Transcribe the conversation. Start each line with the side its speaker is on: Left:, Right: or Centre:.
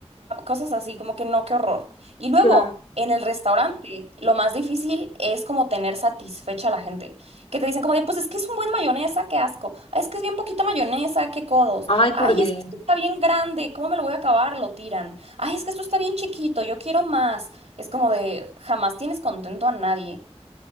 Right: cosas así, como que no, qué horror. Y luego,
Left: Claro.
Right: en el restaurante, lo más difícil es como tener satisfecha a la gente, que te dicen como de, pues es que es un buen de mayonesa, qué asco, Ay, es que es bien poquita mayonesa, qué codos,
Left: Ay,
Right: ay,
Left: por Dios.
Right: es que esto está bien grande, ¿cómo me lo voy a acabar? Lo tiran, ay, es que esto está bien chiquito, yo quiero más. Es como de, jamás tienes contento a nadie.